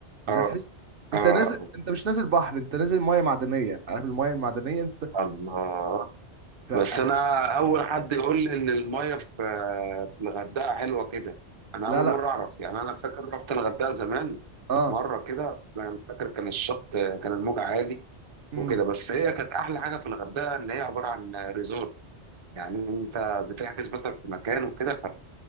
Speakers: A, on the right; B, on the right.
A: انت
B: اه
A: هتحس
B: اه
A: انت نازل انت مش نازل بحر انت نازل مية معدنية عارف المية المعدنية انت
B: الله
A: ف...
B: بس
A: آه.
B: انا اول حد يقول لي ان الميه في في الغردقه حلوه كده انا
A: لا
B: اول
A: لا
B: مره اعرف يعني انا فاكر رحت الغردقه زمان
A: اه
B: مره كده انا فاكر كان الشط كان الموج عالي
A: امم
B: وكده بس هي كانت احلى حاجه في الغردقه ان هي عباره عن ريزورت يعني انت بتحجز مثلا في مكان وكده